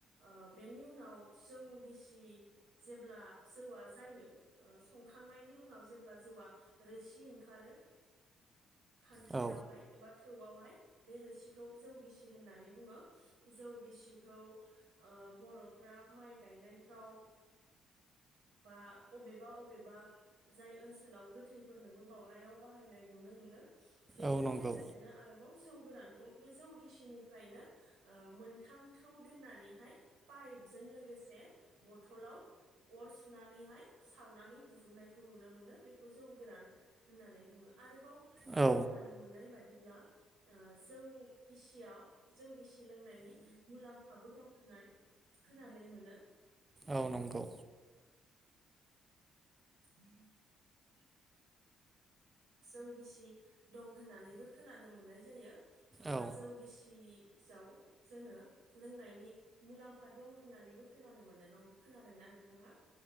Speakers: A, on the right (about 85°); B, on the right (about 20°).
A: ओ बेनि उनाव जौ गिसि जेब्ला जौवा जायो ओ संखांनायनि उनाव जेब्ला जौवा रोसि ओं आरो खान्थायावहाय
B: औ
A: एबा थौ वआवहाय बे रोसिखौ जौ गिसि होननानै बुङो। जौ गिसिखौ ओ बर'फ्रा माइ गायनायफ्राव बा अबेबा-अबेबा जाय ओनसोलाव गोथैफोरनोबो बनायाव बाहायनाय नुनो मोनो। बेजों
B: औ नंगौ
A: लोगोसेनो आरोबाव जौ गोरान खौ बे जौ गिसिनिफ्रायनो मोनथाम थौ दोननानैहाय पाइजों लो गोसे बथलाव अर सुनानैहाय सावनानै दिहुननायखौ नुनो मोनो। बेखौ जौ गोरान होननानै बुङो। आरोबाव आं
B: औ
A: खोनानो मोननाय बादि ब्ला जौ गिसियाव जौ गिसि लोंनायनि मुलाम्फाबो दं होननाय खोनानो मोनो।
B: औ नंगौ।
A: <inaudible> जौगिसि दं होननानैबो खोनानो मोननाय जायो। ओ
B: औ
A: जौ गिसि जौ जोङो लोंनायनि मुलाम्फा दं होननानैबो खोनानो मोनो। खोनादोंना? नोंथाङा